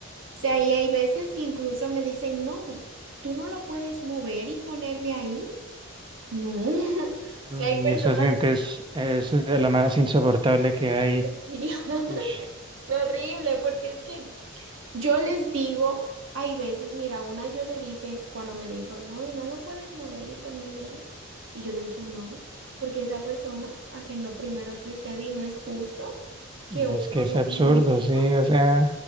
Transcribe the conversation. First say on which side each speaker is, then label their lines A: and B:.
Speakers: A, on the right; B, on the right.
A: sea, y hay veces que incluso me dicen, no, tú no lo puedes mover y ponerme ahí. No. <laughs> O sea, hay
B: Y esa
A: personas.
B: gente es, es de lo más insoportable que hay.
A: Sí, <laughs>
B: Ush,
A: Fue horrible, porque es que yo les digo, hay veces, mira, una yo le dije cuando me dijo, no, y no lo puedes mover y ponerme ahí. Y yo le dije, no, porque esa persona agendó primero que usted y no es justo que
B: no
A: uno
B: es que es
A: lo
B: absurdo,
A: muestre
B: sí, o sea,